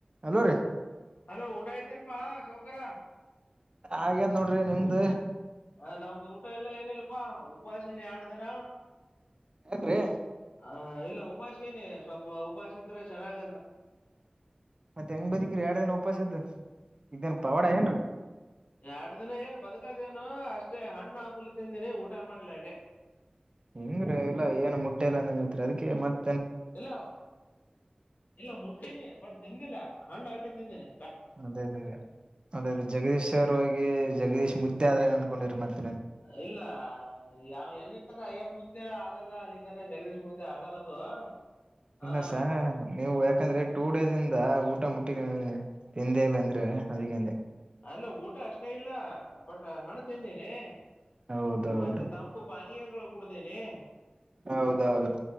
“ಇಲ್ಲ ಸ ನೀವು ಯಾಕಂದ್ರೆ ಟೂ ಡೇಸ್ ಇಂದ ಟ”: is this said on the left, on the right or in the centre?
Right